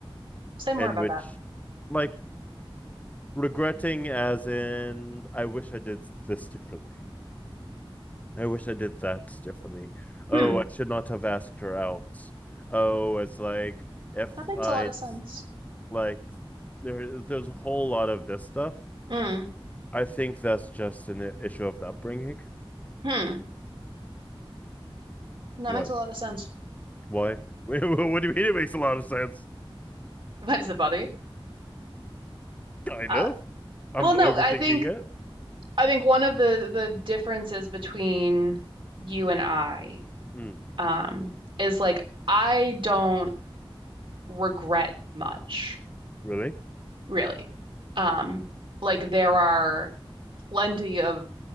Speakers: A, on the right; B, on the left.
A: Say more
B: in
A: about
B: which
A: that.
B: like regretting as in I wish I did this <laughs> differently I wish I did that differently. Oh,
A: Hmm.
B: I should not have asked her out. Oh, it's like if
A: That makes
B: I
A: a lot of sense.
B: like there there's a whole lot of this stuff.
A: Hmm.
B: I think that's just an i- issue of the upbringing.
A: Hmm. That
B: What?
A: makes a lot of sense.
B: Why? <laughs> What do you mean? It makes a lot of sense.
A: Why does it bother you?
B: Kind
A: Uh,
B: of. I'm
A: well,
B: overthinking
A: no, I think
B: it.
A: I think one of the the differences between you and I
B: Mm,
A: um, is like I don't regret much,
B: really?
A: really. Um, like there are plenty of